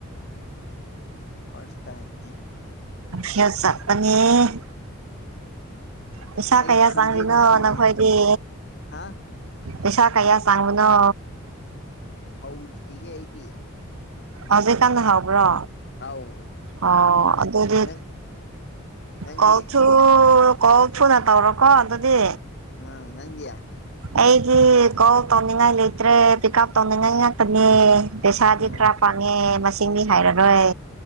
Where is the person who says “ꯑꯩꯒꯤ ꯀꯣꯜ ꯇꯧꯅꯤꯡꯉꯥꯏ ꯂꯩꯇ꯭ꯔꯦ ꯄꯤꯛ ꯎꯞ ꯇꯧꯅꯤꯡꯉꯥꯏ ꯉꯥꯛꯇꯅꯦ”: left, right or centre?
Right